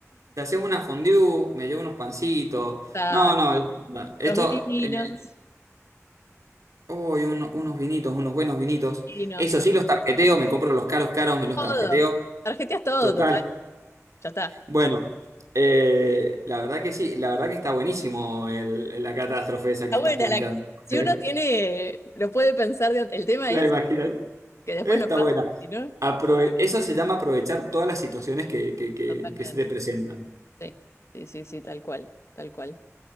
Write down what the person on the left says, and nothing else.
Está
los vinos,
vinos.
todo.
Tarjeteas todo,
total. Ya está.
Está
buena
la. Si
uno tiene, lo puede pensar. de- El tema
es
que después
no pasa,
¿sí, ¿no?
Totalmente.
Sí, sí, sí, sí, tal cual, tal cual.